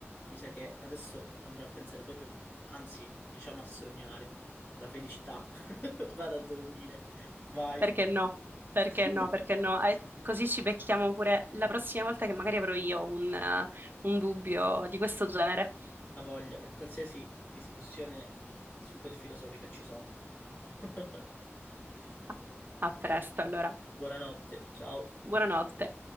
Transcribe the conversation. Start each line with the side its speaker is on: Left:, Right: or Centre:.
Left: Mi sa che adesso andrò a pensare proprio, anzi, diciamo a sognare la felicità. <laughs> Vado a dormire. Vai.
Right: Perché no? Perché
Left: <laughs>
Right: no? Perché no? Eh, così ci becchiamo pure la prossima volta che magari avrò io un, eh, un dubbio di questo genere.
Left: La voglia per qualsiasi discussione super filosofica ci sono. <laughs>
Right: <laughs> A presto, allora.
Left: Buonanotte, ciao.
Right: Buonanotte.